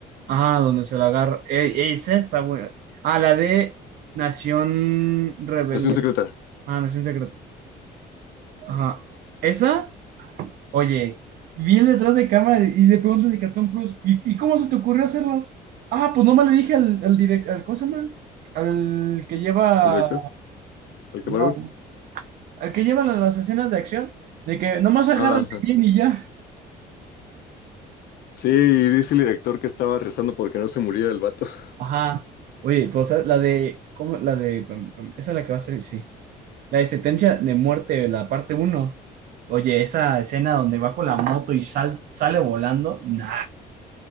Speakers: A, on the right (about 60°); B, on the left (about 70°).
A: Ah, donde se la agarra. Eh, esa está buena. Ah, la de Nación Rebelde.
B: Nación secreta.
A: Ah, Nación Secreta. Ajá. Esa, oye, vi el detrás de cámara y le preguntan de Catón Cruz, ¿y, y cómo se te ocurrió hacerlo? Ah, pues nomás le dije al, al director, al, ¿cómo se llama? Al que lleva,
B: ¿El director? ¿El camarógrafo?
A: no, al que lleva la- las escenas de acción, de que nomás agárrame
B: Ah, ajá.
A: bien y ya.
B: Sí, y dice el director que estaba rezando porque no se muriera el vato. <laughs>
A: Ajá. Oye, pues ¿sabes? la de, ¿cómo? La de, pam, pam, esa es la que va a salir, sí. La de sentencia de muerte, la parte uno Oye, esa escena donde va con la moto y sal- sale volando, nah.